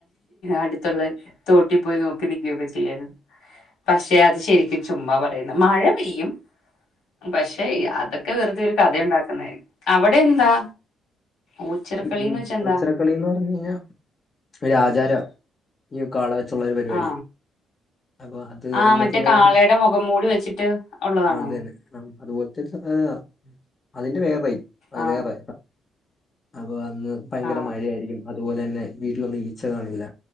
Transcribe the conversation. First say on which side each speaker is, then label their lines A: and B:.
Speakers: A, on the left; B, on the left.
A: അടുത്തുള്ള തോട്ടിൽ പോയി നോക്കി നി <unintelligible> ചെയ്യൻ, പക്ഷെ അത് ശരിക്കും ചുമ്മാ പറയുന്ന, മഴ പെയ്യും പക്ഷെ അതൊക്കെ വെറുതെ ഒരു കഥ ഉണ്ടാക്കുന്നതായികും, അവിടെ എന്താ? ഓച്ചിറക്കളിന്ന്
B: ഉം
A: വെച്ച എന്താ
B: ഒച്ചിറക്കുളിന്ന് പറഞ്ഞ കഴിഞ്ഞാൽ ഒരു ആചാര ഈ കാള വെച്ചുള്ള ഒരു പരിപാടി
A: ആ
B: അപ്പൊ അത്
A: ആ
B: അന്നത്തെ
A: മറ്റേ
B: ദിവസം
A: കാളയുടെ മുഖം മൂടി വെച്ചിട്ട് ഉള്ളതാണോ
B: ആ അതെന്നെ ആ അതുപോലെ തന്നെ അതിന്റെ വേറെ
A: ആ
B: വേറെ അപ്പൊ അന്ന് ഭയങ്കര
A: ആ
B: മഴയായിരിക്കും അതുപോലെ തന്നെ വീട്ടിലൊന്നും ഈച്ച കാണില്ല